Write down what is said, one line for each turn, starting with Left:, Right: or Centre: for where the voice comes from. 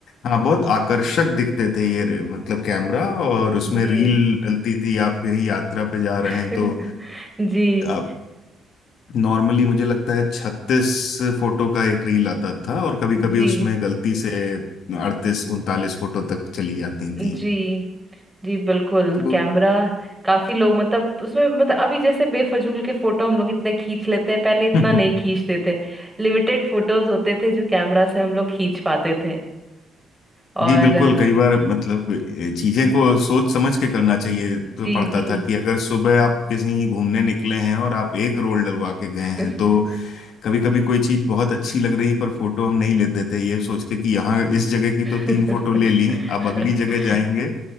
Left: हाँ बहुत आकर्षक दिखते थे ये रे- मतलब कैमरा और उसमें
Centre: जी
Left: रील डलती थी आप कहीं यात्रा पे जा रहे
Centre: <laughs>
Left: हैं तो
Centre: जी
Left: आप नॉर्मली मुझे लगता है छत्तीस फोटो का एक रील आता था और कभी कभी
Centre: जी
Left: उसमें गलती से अड़तीस उनतालीस फोटो तक चली जाती थी
Centre: जी जी बिल्कुल
Left: तो
Centre: कैमरा काफी लोग मतलब उसमें मतलब अभी जैसे बेफजूल के फोटो हम लोग इतने खींच लेते हैं पहले इतना
Left: <laughs>
Centre: नहीं खींचते थे लिमिटेड फोटोज होते थे जो कैमरा से हम लोग खींच पाते थे और
Left: जी बिल्कुल
Centre: अ,
Left: कई बार मतलब ए, चीजें को सोच समझ के करना चाहिए तो
Centre: जी
Left: पड़ता
Centre: जी
Left: था कि अगर सुबह आप कहीं घूमने निकले हैं और आप एक रोल डलवा के गए
Centre: <laughs>
Left: हैं तो कभी कभी कोई चीज बहुत अच्छी लग रही पर फोटो हम नहीं लेते थे ये सोच के कि यहाँ इस जगह की तो
Centre: <laughs>
Left: तीन फोटो ले ली अब अगली जगह जाएंगे